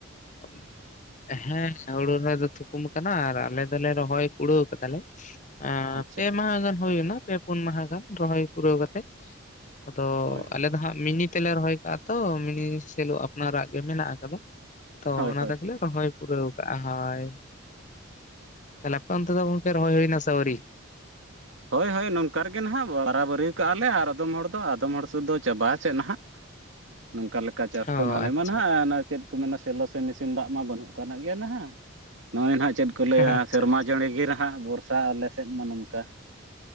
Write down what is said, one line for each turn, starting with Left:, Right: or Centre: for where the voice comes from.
Left: <unintelligible> ᱦᱮᱸ ᱦᱩᱲᱩ ᱨᱚᱦᱚᱭ ᱫᱚ ᱛᱷᱩᱠᱩᱢ ᱟᱠᱟᱱᱟ ᱟᱨ ᱟᱞᱮ ᱫᱚᱞᱮ ᱨᱚᱦᱚᱭ ᱠᱩᱲᱟᱹᱣ ᱠᱟᱫᱟᱞᱮ ᱾
Right: ᱟᱪᱪᱷᱟ
Left: ᱯᱮ ᱢᱟᱦᱟ ᱜᱟᱱ ᱦᱩᱭᱱᱟ ᱯᱮ ᱯᱩᱱ ᱢᱟᱦᱟ ᱜᱟᱱ ᱨᱚᱦᱚᱭ ᱯᱩᱨᱟᱹᱣ ᱠᱟᱛᱮᱜ ᱾ ᱟᱫᱚ
Right: ᱦᱳᱭ
Left: ᱟᱞᱮ ᱫᱚ ᱦᱟᱸᱜ ᱢᱤᱱᱤᱴ ᱛᱮᱞᱮ ᱨᱚᱦᱚᱭ ᱠᱟᱜᱼᱟ ᱛᱚ ᱢᱤᱱᱤ ᱥᱮᱞᱳ ᱟᱯᱱᱟᱨᱟᱜ ᱜᱮ ᱢᱮᱱᱟᱜ ᱟᱠᱟᱫᱟ ᱛᱚ
Right: ᱦᱳᱭ
Left: ᱚᱱᱟ
Right: ᱦᱳᱭ
Left: ᱛᱮᱜᱮ ᱞᱮ ᱨᱚᱦᱚᱭ ᱯᱩᱨᱟᱹᱣ ᱠᱟᱜᱼᱟ ᱦᱳᱭ ᱛᱟᱦᱞᱮ ᱟᱯᱮ ᱚᱱᱛᱮ ᱫᱚ ᱜᱚᱝᱠᱮ ᱨᱚᱦᱚᱭ ᱦᱩᱭᱱᱟ ᱥᱮ ᱟᱹᱣᱨᱤ?
Right: ᱦᱳᱭ ᱦᱳᱭ ᱱᱚᱝᱠᱟ ᱨᱮᱜᱮ ᱱᱟᱦᱟᱜ ᱵᱟᱨᱟᱵᱟᱹᱨᱤ ᱠᱟᱜᱼᱟ ᱞᱮ ᱟᱨ ᱟᱫᱚᱢ ᱦᱚᱲ ᱫᱚ ᱟᱫᱚᱢ ᱦᱚᱲ ᱥᱮᱫ ᱫᱚ ᱪᱟᱵᱟ ᱥᱮᱫ ᱱᱟᱦᱟᱜ ᱾ ᱱᱚᱝᱠᱟ ᱞᱮᱠᱟ ᱪᱟᱥ
Left: ᱚ
Right: ᱫᱚ ᱟᱞᱮ
Left: ᱟᱪᱪᱷᱟ
Right: ᱢᱟ ᱱᱟᱦᱜ ᱚᱱᱟ ᱪᱮᱫ ᱢᱮᱱᱟ ᱥᱮᱞᱚ ᱥᱮ ᱢᱮᱥᱤᱱ ᱫᱟᱜ ᱢᱟ ᱵᱟᱹᱱᱩᱜ ᱠᱟᱜ ᱜᱮ ᱱᱟᱦᱟᱜ ᱱᱚᱜᱼᱚᱭ ᱱᱟᱦ ᱪᱮᱫ ᱠᱚ ᱞᱟᱹᱭᱟ
Left: ᱟᱪᱪᱷᱟ
Right: ᱥᱮᱨᱢᱟ ᱡᱟᱹᱲᱤ ᱜᱮ ᱱᱟᱦᱟᱜ ᱵᱚᱨᱥᱟ ᱟᱞᱮ ᱥᱮᱫ ᱢᱟ ᱱᱚᱝᱠᱟ ᱾